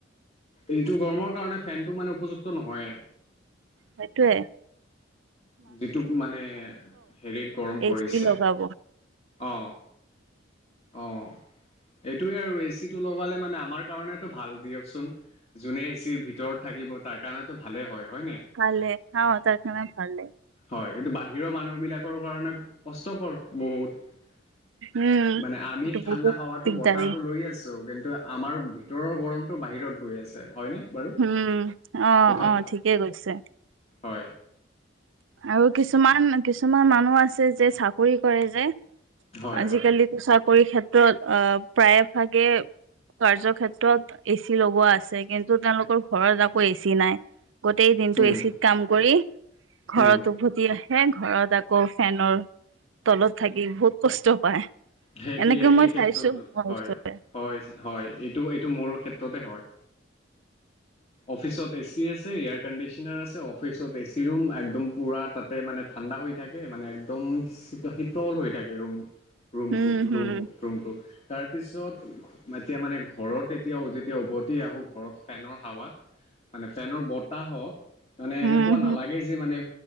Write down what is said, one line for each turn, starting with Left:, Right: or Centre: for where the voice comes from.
Left: এইটো গৰমৰ কাৰণে ফেনটো মানে উপযুক্ত নহয়ে
Right: সেটোৱে।
Left: যিটো মানে হেৰিত গৰম
Right: এ
Left: পৰিছে।
Right: চি লগাব
Left: অহ। অ এইটোৱে আৰু এচিটো লগালে মানে আমাৰ কাৰণেটো ভাল দিয়কচোন। যোনে এচিৰ ভিতৰত থাকিব তাৰ কাৰণেতো ভালে হয়। হয় নাই হয়
Right: ভালে হা তাৰ কাৰণে ভালে
Left: কিন্তু বাহিৰৰ মানুহ বিলাকৰ কাৰণে কষ্টকৰ বহুত।
Right: উম
Left: মানে আমি
Right: এইটো
Left: ঠাণ্ডা
Right: বহুত
Left: হাৱাতো
Right: দিগদাৰী
Left: বতাহটো লৈ আছো কিন্তু আমাৰ ভিতৰৰ গৰমটো বাহিৰত গৈ আছে। হয়নে বাৰু?
Right: উম অ
Left: কথাটো
Right: অ ঠিকে কৈছে
Left: হয়।
Right: আৰু কিছুমান কিছুমান মানুহ আছে যে চাকৰি কৰে যে।
Left: হয়
Right: আজিকালিতো
Left: হয়
Right: চাকৰি ক্ষেত্ৰত অ প্ৰায় ভাগে কাৰ্য ক্ষেত্ৰত এচি লগোৱা আছে কিন্তু তেওঁলোকৰ ঘৰত আকৌ এচি নাই। গোটেই দিনটো
Left: উম
Right: এচিত কাম কৰি ঘৰত
Left: উম
Right: উভতি হে ঘৰত আকৌ ফেনৰ তলত থাকি বহুত কষ্ট পায়,
Left: সেই একেই
Right: এনেকে
Left: একেই
Right: মই
Left: ক্ষেত্ৰতো
Right: চাইছো ম
Left: হয়
Right: ওচৰতে।
Left: হয় হয় এইটো এইটো মোৰ ক্ষেত্ৰতে হয়। অফিচত এচি আছে এয়াৰ কণ্ডিচনাৰ আছে অফিচত এচি ৰুম। একদম পুৰা তাতে মানে ঠাণ্ডা হৈ থাকে মানে একদম শীতল হৈ থাকে ৰুম। ৰুমটো
Right: হম হম
Left: ৰুমটো ৰুমটো। তাৰপিছত এতিয়া মানে ঘৰত এতিয়া যেতিয়া উভতি আহোঁ ঘৰত ফেনৰ হাৱাত মানে ফেনৰ বতাহত মানে
Right: হম
Left: এনেকুৱা
Right: হম
Left: নালাগে যে মানে